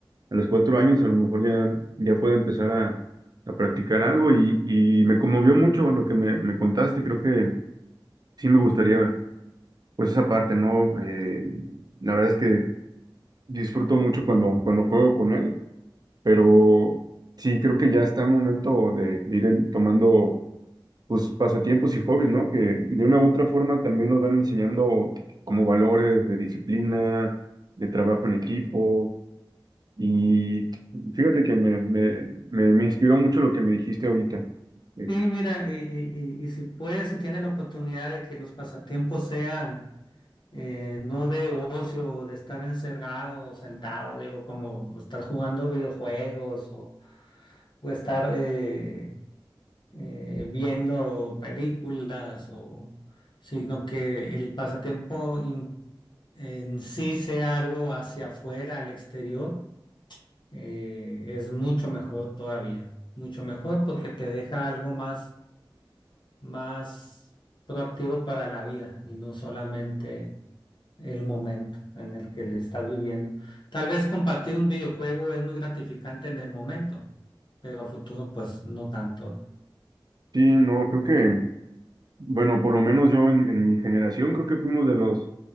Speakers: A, on the right; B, on the left.
A: a los cuatro años a lo mejor ya, ya puede empezar a, a practicar algo y, y me conmovió mucho lo que me, me contaste. Creo que sí me gustaría, pues esa parte, ¿no? Eh, la verdad es que disfruto mucho cuando, cuando juego con él, pero sí creo que ya está el momento de, de ir en- tomando, pues, pasatiempos y hobbies, ¿no? Que de una u otra forma también nos van enseñando como valores de disciplina, de trabajo en equipo Y fíjate que me, me, me, me inspiró mucho lo que me dijiste ahorita. Es,
B: Sí, mira, y, y- y- y si puedes, si tienes la oportunidad de que los pasatiempos sean eh, no de ocio o de estar encerrado o sentado, digo, como estar jugando videojuegos o, o estar eh, eh, viendo películas o sino que el pasatiempo in- en sí sea algo hacia afuera, al exterior, eh, es mucho mejor todavía, mucho mejor porque te deja algo más, más proactivo para la vida y no solamente el momento en el que le estás viviendo. Tal vez compartir un videojuego es muy gratificante en el momento, pero a futuro pues no tanto.
A: sí, no, creo que, bueno, por lo menos yo en, en mi generación creo que fuimos de los,